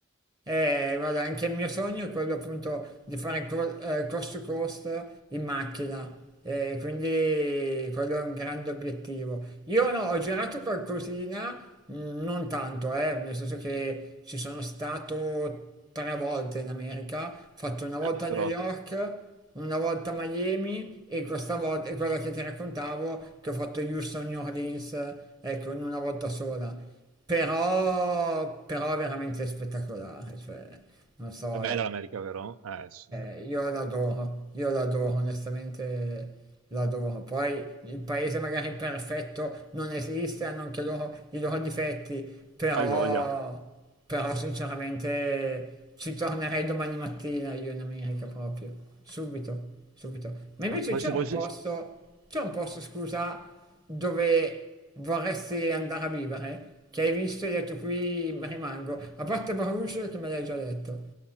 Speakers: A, on the right; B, on the right.
A: Eh, guarda, anche il mio sogno è quello appunto di fare co- eh, cost to cost in macchina, eh, quindi quello è un grande obiettivo. Io no, ho girato qualcosina, mh, non tanto, eh, nel senso che ci sono stato tre volte in America, ho fatto una volta
B: Vabbè, però
A: a New York, una volta a Miami e questa volta, e quella che ti raccontavo, che ho fatto Houston, New Orleans, ecco, in una volta sola però, però veramente spettacolare, cioè, non so,
B: è bella
A: è, Vero.
B: l'America, vero? Eh sì, dai.
A: Eh, io l'adoro, io l'adoro, onestamente l'adoro. Poi il paese magari perfetto non esiste, hanno anche loro i loro difetti, però,
B: hai voglia.
A: però sinceramente ci tornerei domani mattina io in America proprio, subito, subito. Ma invece
B: Ma poi
A: c'è
B: se vuoi,
A: un posto, c'è un posto, scusa, dove vorresti andare a vivere, che hai visto e hai detto qui mi rimango, a parte Bruges che me l'hai già detto.